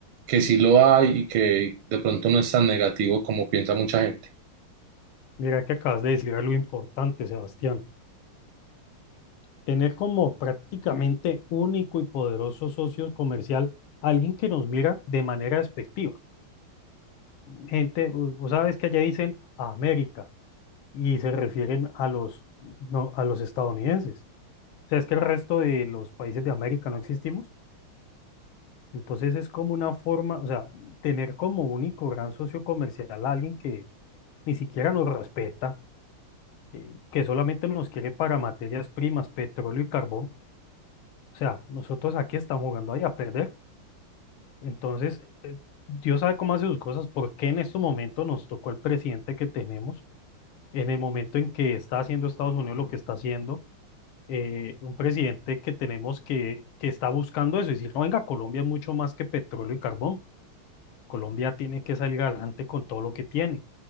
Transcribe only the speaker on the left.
Mira que acabas de decir algo importante, Sebastián. Tener como prácticamente único y poderoso socio comercial alguien que nos mira de manera despectiva. Gente, u- vos sabes que allá dicen a América y se refieren a los, no, a los estadounidenses. O sea, es que el resto de los países de América no existimos. Entonces es como una forma, o sea, tener como único gran socio comercial a alguien que ni siquiera nos respeta, eh, que solamente nos quiere para materias primas, petróleo y carbón. O sea, nosotros aquí estamos jugando ahí a perder. Entonces, eh, Dios sabe cómo hace sus cosas, por qué en este momento nos tocó el presidente que tenemos, en el momento en que está haciendo Estados Unidos lo que está haciendo, eh, un presidente que tenemos que, que está buscando eso, es decir, no, venga, Colombia es mucho más que petróleo y carbón. Colombia tiene que salir adelante con todo lo que tiene